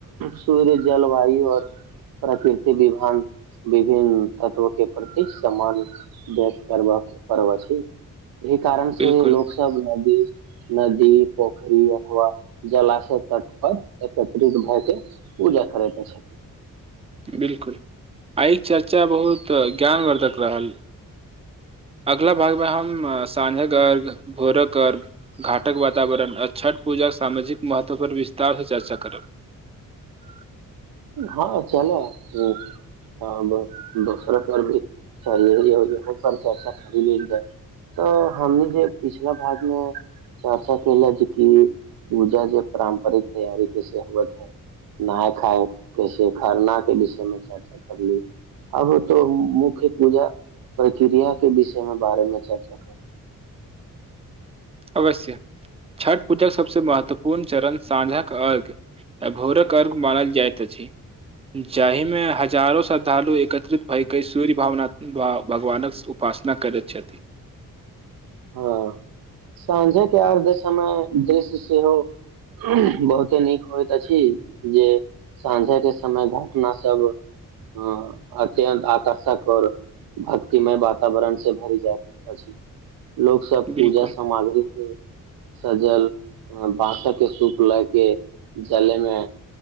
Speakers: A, on the right (about 85°); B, on the right (about 20°).
A: -सूर्य जलवायु आओर प्रकृति विभान विभिन्न तत्व के प्रति सम्मान व्यक्त करबबाक के पर्व। <unintelligible> ई कारण
B: बिलकुल
A: से लोक नदी -नदी पोखरी अथवा जलाशय तट परर एकत्रित भए के पूजा करैत। छथिन <unintelligible>
B: बिलकुल आइ चर्चा बहुत ज्ञानवर्धक रहल अगला भागमे हम साँझक अर्घ भोरक अर्घ्य घाटक वातावरण आ छठ पूजाक सामाजिक महत्व पर विस्तार से चर्चा करब। <unintelligible>
A: हँ चल- अ दोसरो पर भीहो पर चर्चा करि लेल जाय तऽ हमनी जे पिछला भाग मे चर्चा केले जे कि पूजा जे पारम्परिक तैयार कैस हुत है नहााय खााय। कैसे खरना के विषय मे चर्चा कर ली अब तो मुख्य पूजा प्रक्रिया के विषय मे बारेमे चर्चा करू। <unintelligible>
B: अवश्य छठ पूजाक सबसँ महत्वपूर्ण चरण साँझक अर्घ्य आ भोरक अर्घ्य मानल जाइत अछि जाहिमे हजारो श्रद्धालु एकत्रित भएके सूर्य भावनात्म भगवानक उपासना करैत छथि। <unintelligible>
A: हँ साँझेके अर्ध समय दृश्य सेहो- बहुते नीक होइत अछि जे साँझेके समय घटना सभ अ अत्यन्त आकर्षक आओर भक्तिमय वातावरण से भरि जाइत अछि। <unintelligible> लोकोग सब
B: बिल्कुल
A: पूजा सामग्री के। <unintelligible> सजल -बासक के सूप लए के जलेमे